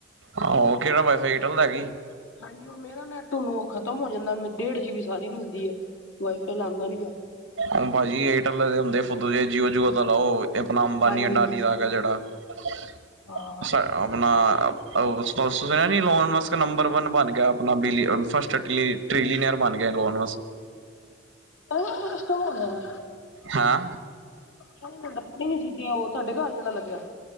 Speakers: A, on the right; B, on the left.
A: ਆਹੋ, ਕੇੜਾ ਵਾਈਫਾਈ ਏਅਰ ਟੈੱਲ ਦਾ ਹੈ ਕੀ?
B: ਹਾਂਜੀ, ਓ ਮੇਰਾ ਨੈਟ ਹੁਨ ਓ ਖ਼ਤਮ ਹੋ ਜਾਂਦੈ, ਮੈਨੁ ਡੇਢ ਜੀ, ਬੀ, ਸਾਰੀ ਮਿਲਦੀ ਐ। ਵਾਈ-ਫਾਈ ਆਲਾ ਆਂਦਾ ਨੀ ਪੇਆ।
A: ਅਹ ਭਾਜੀ, ਏਅਰਟੈੱਲ ਦੇ ਹੁੰਦੇ ਫੁੱਦੂ ਜਿਹੇ। ਜੀਓ, ਜੀਓ ਦਾ ਲਾਓ, ਆਪਨਾ ਅੰਬਾਨੀ-ਅੰਡਾਨੀ
B: ਹਾਂਜੀ
A: ਆ ਗਿਆ ਜੇੜਾ। <unintelligible>
B: ਹਾਂ।
A: ਆਪਨਾ ਓ ਸਪੋਂਸਰ ਲੈਨੀ ਲੋਨ ਵਾਸ ਤੇ ਨੰਬਰ ਵਨ ਬਨ ਗਿਐ ਅਪਨਾ, ਬ੍ਰਿਲੀਅਨਸ, ਫਸਟ ਟ੍ਰਿਲੀ- ਟ੍ਰਿਲੀਨੀਅਰ ਬਨ ਗਿਆ ਲੋਨ ਵਾਸਤੇ।
B: ਅਹ ਸਿਸਟਮ ਹੋ ਗਿਆ।
A: ਹਾਂ।
B: ਕੋਈ ਨੀ ਮਿਲਦਾ, ਈ ਨੀ ਸੀ ਤੇ ਉਹ ਤੁਹਾਡੇ ਘਰ ਕਿੱਦਾਂ ਲੱਗਿਆ?